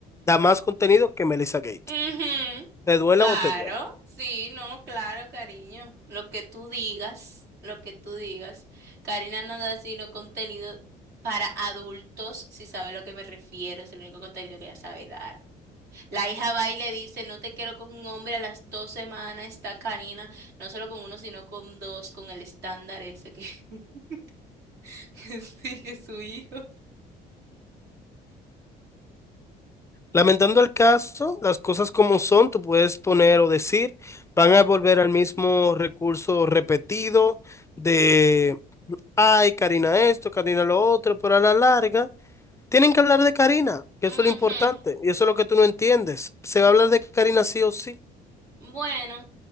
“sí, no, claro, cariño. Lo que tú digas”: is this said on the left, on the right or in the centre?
Right